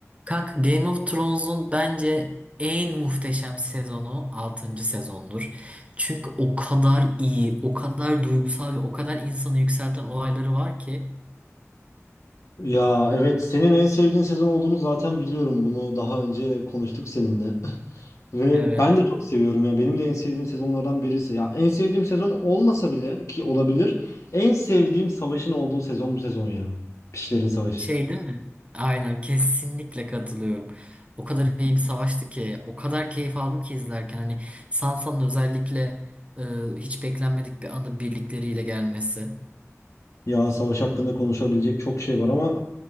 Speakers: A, on the right (about 25°); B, on the left (about 75°).
A: Kanka Game of Thrones'un bence en muhteşem sezonu altıncı sezondur. Çünkü o kadar iyi, o kadar duygusal ve o kadar insanı yükselten olayları var ki.
B: Ya evet senin en sevdiğin sezon olduğunu zaten biliyorum. Bunu daha önce konuştuk seninle. <laughs> Ve
A: Evet.
B: ben de çok seviyorum ya. Benim de en sevdiğim sezonlardan birisi. Ya en sevdiğim sezon olmasa bile ki olabilir. En sevdiğim savaşın olduğu sezon bu sezon ya. Pişlerin Savaşı.
A: Şey değil mi? Aynen kesinlikle katılıyorum. O kadar iyi bir savaştı ki, o kadar keyif aldım ki izlerken. Hani Sansa'nın özellikle e, hiç beklenmedik bir anda birlikleriyle gelmesi.
B: Ya savaş hakkında konuşabilecek çok şey var ama